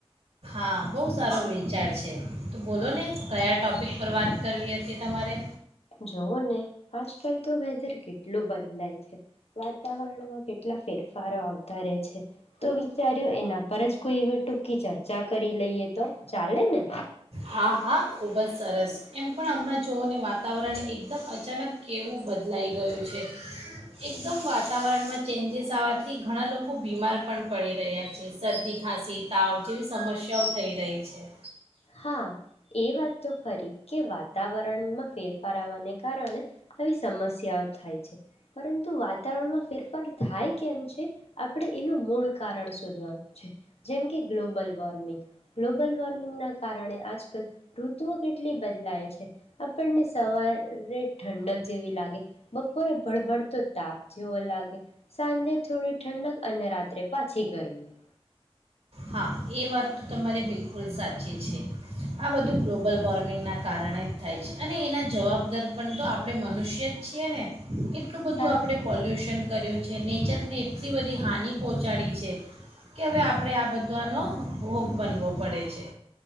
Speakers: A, on the right; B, on the left.
A: હા બહુ સારો વિેચાર છે તો બોલો ને કયા ટોપિક પર વાત કરવી હતી તમારે
B: જોવ ને આજકાલ તો વેધર કેટલું બદલાય છે વાતાવરણમાં કેટલા ફેરફારો આવતા રહે છે તો વિચાર્યો એના પર જ કોઈ એવી ટૂંકી ચર્ચા કરી લઈએ તો ચાલે ને
A: હા હા ખૂબ જ સરસ એમ પણ હમણાં જુઓને વાતાવરણ એકદમ અચાનક કેવું બદલાઈ ગયું છે એકદમ વાતાવરણમાં ચેન્જીસ આવવાથી ઘણા લોકો બીમાર પણ પડી રહ્યા છે શરદી ખાંસી તાવ જેવી સમસ્યાઓ થઈ રહી છે
B: હા એ વાત તો ખરી કે વાતાવરણમાં ફેરફાર આવવાને કારણે આવી સમસ્યાઓ થાય છે પરંતુ વાતાવરણમાં ફેરફાર થાય કેમ છે આપણે એનું મૂળ કારણ શોધવાનું છે જેમ કે ગ્લોબલ વોર્મિંગ ગ્લોબલ વોર્મિંગના કારણે આજકાલ ઋતુઓ કેટલી બદલાય છે આપણને સવારે ઠંડક જેવી લાગે બપોરે ભળભડતો તાપ જેવો લાગે સાંજે થોડી ઠંડક અને રાત્રે પાછી ગરમી
A: હા એ વાત તો તમારે બિલકુલ સાચી છે આ બધું ગ્લોબલ વોર્મિંગનાં કારણે જ થાય છે અને એના જવાબદાર પણ તો આપણે મનુષ્ય જ છીએ ને એટલું બધું
B: સાચી
A: આપણે પોલ્યુશન
B: વાત છે
A: કર્યું છે ને નેચરને એટલી બધી હાિ પહોંચાડી છે કે હવે આપણે આ બધા દ્વાનો ભ બનવો પડે છે